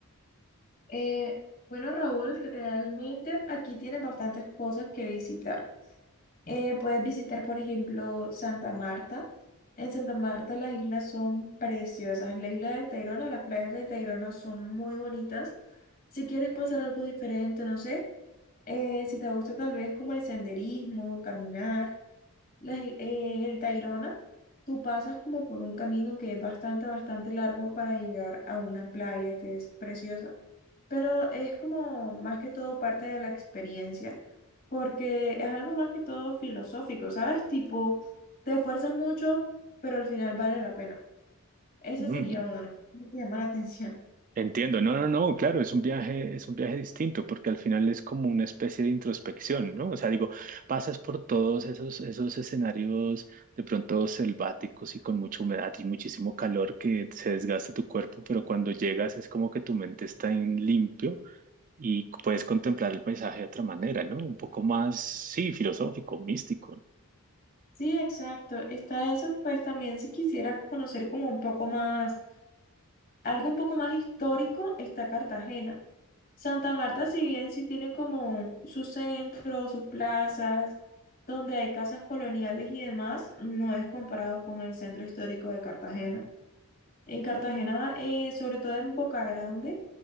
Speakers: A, on the left; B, on the right.
A: Eh, bueno, Raúl, realmente aquí tienes bastantes cosas que visitar. Eh, puedes visitar, por ejemplo, Santa Marta. En Santa Marta las islas son preciosas. La isla de Tayrona, las playas de Tayrona son muy bonitas. Si quieres pasar algo diferente, no sé, eh, si te gusta tal vez como el senderismo, caminar, las i- en el Tayrona, tú pasas como por un camino que es bastante, bastante largo para llegar a una playa que es preciosa. Pero es como más que todo parte de la experiencia, porque es algo más que todo filosófico, ¿sabes? Tipo, te esfuerzas mucho, pero al final vale la pena. Ese
B: Ujú,
A: sería uno, ¿no? ¿Cómo te llama la atención?
B: Entiendo, no, no, no, claro, es un viaje, es un viaje distinto, porque al final es como una especie de introspección, ¿no? O sea, digo, pasas por todos esos, esos escenarios de pronto selváticos y con mucha humedad y muchísimo calor que se desgasta tu cuerpo, pero cuando llegas es como que tu mente está en limpio y puedes contemplar el paisaje de otra manera, ¿no? Un poco más, sí, filosófico, místico,
A: Sí, exacto. Está eso, pues también si quisieras conocer como un poco más. Algo un poco más histórico está Cartagena. Santa Marta, si bien sí tiene como su centro, sus plazas, donde hay casas coloniales y demás, no es comparado con el centro histórico de Cartagena. En Cartagena, eh, sobre todo en Boca Grande,